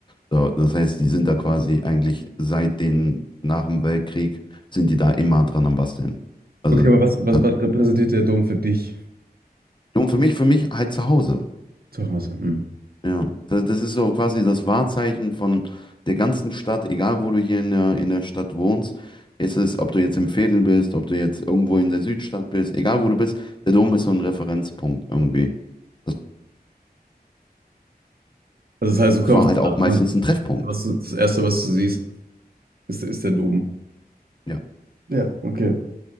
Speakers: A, on the left; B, on the right.
A: So, das heißt, die sind da quasi eigentlich seit den, nach dem Weltkrieg, sind die da immer dran am Basteln. Also,
B: Okay, aber was, was,
A: hat,
B: was repräsentiert der Dom für dich
A: und für mich, für mich halt zu Hause.
B: zu Hause? Hm.
A: Ja, das, das ist so quasi das Wahrzeichen von der ganzen Stadt, egal wo du hier in der, in der Stadt wohnst. Ist es, ist, ob du jetzt im Veedel bist, ob du jetzt irgendwo in der Südstadt bist, egal wo du bist, der Dom ist so ein Referenzpunkt irgendwie. Das
B: Also das heißt, du kommst
A: war halt auch meistens
B: an und
A: ein Treffpunkt.
B: was du, das Erste, was du siehst, ist, ist der Dom.
A: Ja.
B: Ja, okay.